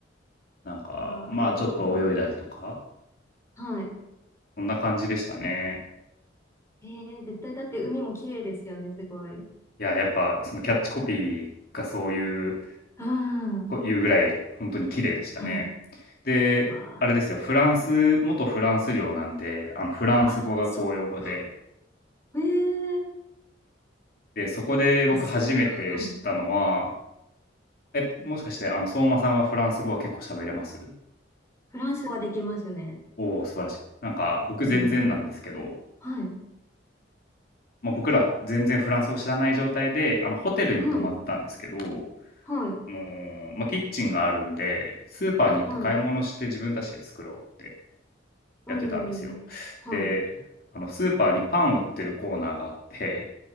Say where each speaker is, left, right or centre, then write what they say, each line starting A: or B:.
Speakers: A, on the left; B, on the left.
A: なんか、
B: わあ、
A: まあ、
B: いいな
A: ちょっと泳いだりとか、
B: ー。はい。
A: そんな感じでしたね。
B: えー、絶対だって海も綺麗ですよね、すごい。
A: いや、やっぱそのキャッチコピーがそういう
B: うん。
A: いうぐらい本当に綺麗でしたね。
B: はい。
A: で、
B: ま
A: あれですよ、フランス、元フランス領なんで、あのフランス語が公用語で、
B: あ、あ、そっか。ええ
A: で、そこで僕初めて知ったのは、
B: あ、そっか。はい。
A: え、もしかしてあの相馬さんはフランス語は結構喋れます
B: フランスはできますね。
A: おお、素晴らしい。なんか僕全然なんですけど、
B: うん。はい。
A: まあ、僕ら全然フランス語知らない状態で、あのホテルに泊まったんですけど、
B: はい。
A: あのー
B: はい。
A: まあ、キッチンがあるんで、スーパーに行って買い物して自分たちで作ろうって
B: はい。うん。
A: やってたんですよ。
B: はい。
A: で、あのスーパーにパン売ってるコーナーがあって、